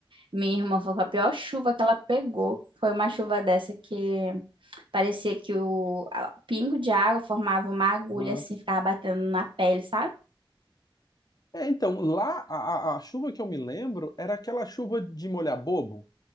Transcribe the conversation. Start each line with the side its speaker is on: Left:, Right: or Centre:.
Right: Minha irmã foi com a pior chuva que ela pegou. Foi uma chuva dessa que. Parecia que o a- o pingo de água formava uma agulha
Left: Aham.
Right: assim, ficava batendo na pele, sabe?
Left: É, então, lá a, a- a chuva que eu me lembro era aquela chuva de molhar bobo,